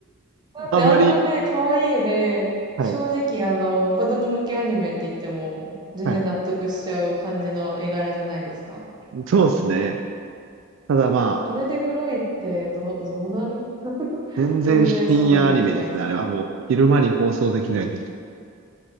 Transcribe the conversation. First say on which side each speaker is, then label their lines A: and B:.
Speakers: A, on the right; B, on the right.
A: だってあんなね、
B: あんまり、
A: 可愛い絵で、
B: はい、
A: 正直あの、子供向けアニメって言っても、全然納得しちゃう感じの絵柄じゃないですか。
B: はい。そうですね。ただま
A: あれでグロいってど、どうなる <laughs>
B: あ、全然深夜アニメですね。
A: 全然想像できないですけど。
B: あれはもう、昼間に放送できないです。